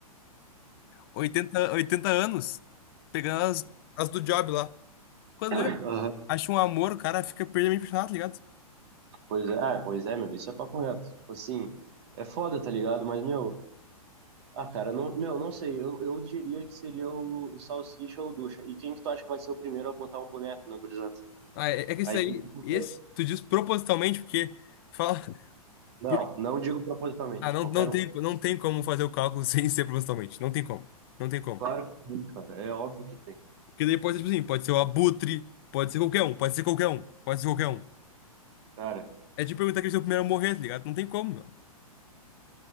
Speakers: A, on the left; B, on the right.
A: oitenta oitenta anos, pegando as, as do job lá. Quando vê,
B: Aham.
A: acha um amor, o cara fica perdidamente apaixonado, tá ligado?
B: Pois é, ah, pois é, meu, isso é papo reto. Tipo assim, é foda, tá ligado? Mas, meu, ah, cara, não, meu, não sei, eu, eu diria que seria o, o Salsicha ou o Ducha. E quem que tu acha que vai ser o primeiro a botar um boneco na gurizada?
A: Ah, é, é que isso
B: Aí,
A: aí,
B: tipo,
A: esse, tu diz propositalmente, porque fala, <laughs>
B: Não,
A: porque,
B: não digo propositalmente,
A: ah, não,
B: qualquer
A: não tem,
B: um.
A: não tem como fazer o cálculo <laughs> sem ser propositalmente. Não tem como. Não tem como.
B: Claro que tem, cara. É óbvio que tem.
A: Porque daí pode ser, tipo assim, pode ser o Abutre, pode ser qualquer um, pode ser qualquer um, pode ser qualquer um.
B: Cara,
A: É de perguntar quem é o primeiro a morrer, tá ligado? Não tem como, meu.